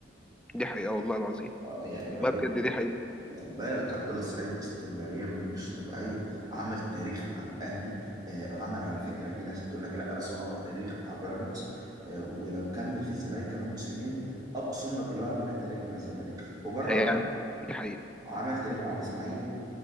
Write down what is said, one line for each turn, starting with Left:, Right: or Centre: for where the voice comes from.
Centre: دي حقيقه والله العظيم
Right: اه يعني
Centre: والله
Right: الراجل
Centre: بجد دي حقيقه
Right: وخد بالك عبد الله السعيد استمرارية مش طبيعية عمل تاريخ مع الأهلي آه، عمل على فكرة في ناس هتقول لك لا بس هو عمل تاريخ مع بيراميدز آه، ولو كمل في الزمالك كمان موسمين أبصم لك اللي هو عمل تاريخ مع الزمالك وبره
Centre: هيعمل دي حقيقه
Right: عمل تاريخ مع الاسماعيلي